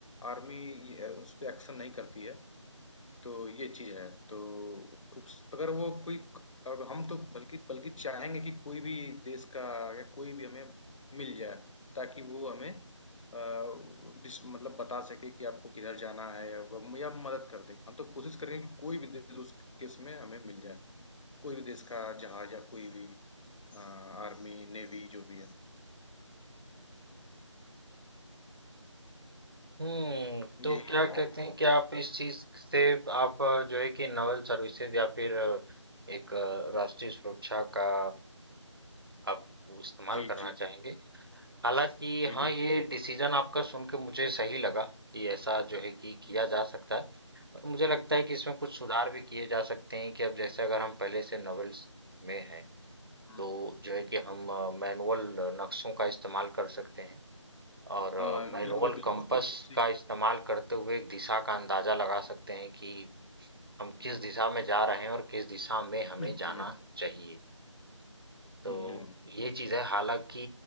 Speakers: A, on the left (about 75°); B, on the right (about 45°).
A: आर्मी उस पर एक्शन नहीं करती है तो ये चीज है तो उस- अगर वो कोई और हम तो बल्कि बल्कि चाहेंगे कि कोई भी देश का या कोई भी हमें मिल जाए ताकि वो हमें अ, डिस- मतलब बता सके कि आपको किधर जाना है या वो- या मदद कर दे हम तो कोशिश करेंगे कि कोई भी देश उस केस में हमें मिल जाए कोई भी देश का जहाज या कोई भी अ, आर्मी नेवी जो भी है
B: हम्म तो
A: यही
B: क्या कहते
A: है।
B: हैं कि आप इस चीज से आप अ, जो है कि नवल सर्विसेज या फिर अ, एक अ, राष्ट्रीय सुरक्षा का आप इस्तेमाल
A: जी
B: करना
A: जी
B: चाहेंगे हालांकि
A: जी
B: हाँ
A: बिल्कुल
B: ये डिसीजन आपका सुन के मुझे सही लगा कि ऐसा जो है कि किया
A: हम्म,
B: जा सकता है पर मुझे लगता है कि इसमें कुछ सुधार भी किए जा सकते हैं कि अब जैसे अगर हम पहले से नवल्स में हैं
A: हम्म,
B: तो जो है
A: हम्म।
B: कि हम मैनुअल नक्शों का इस्तेमाल कर सकते हैं और
A: हाँ
B: मैनुअल
A: बिल्कुल बिल्कुल
B: कंपास
A: उसी-
B: का इस्तेमाल करते हुए एक दिशा का अंदाजा लगा सकते हैं कि हम
A: हम्म,
B: किस दिशा में जा रहे हैं और किस दिशा में हमें
A: हम्म,
B: जाना चाहिए तो
A: हम्म हम्म
B: ये चीज़ है हालांकि